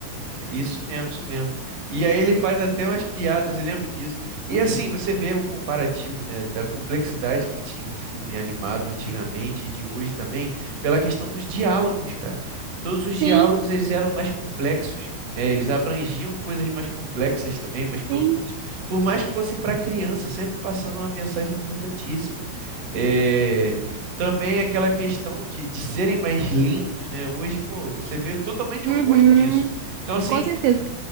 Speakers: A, on the right; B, on the right.
A: isso mesmo, isso mesmo. E aí ele faz até umas piadas, eu lembro disso. E assim, você vê o comparativo, né, da complexidade que tinha o filme animado antigamente e de hoje também, pela questão dos diálogos, cara. Todos os diálogos
B: Sim,
A: eles eram mais complexos, né? Eles abrangiam coisas mais complexas também, mais profundas.
B: sim.
A: Por mais que fossem para criança, sempre passando uma mensagem importantíssima. É... Também aquela questão de, de serem mais lentos, né? Hoje, pô, você vê totalmente
B: Uhum.
A: o oposto disso. Então, assim,
B: Com certeza.